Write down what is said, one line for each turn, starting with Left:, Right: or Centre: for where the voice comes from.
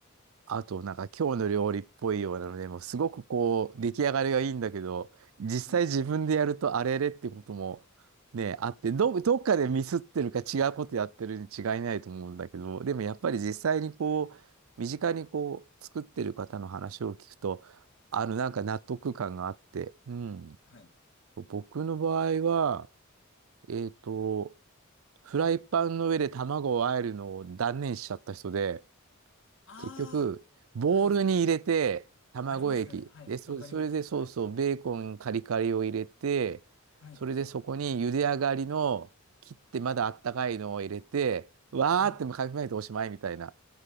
Right: あと、なんか今日の料理っぽいようなので、もうすごくこう、出来上がりがいいんだけど、実際自分でやるとあれれってこともね、
Left: はい。
Right: あって、ど、どっかでミスってるか違うことやってるに違いないと思うんだけど、でもやっぱり実際にこう、身近にこう、作ってる方の話を聞くと、あの、なんか納得感があって、うん。
Left: はい。
Right: 僕の場合は、えっと、フライパンの上で卵を和えるのを断念しちゃった人で、
Left: ああ、
Right: 結局、ボウルに入れて、
Left: はい。
Right: 卵液。
Left: ありますよね。はい。
Right: で、そ、
Left: わかります。
Right: それでソースをベーコンカリカリを入れて、
Left: はい。はい。
Right: それでそこに茹で上がりの切ってまだあったかいのを入れて、わーってかき混ぜておしまいみたいな。
Left: はい。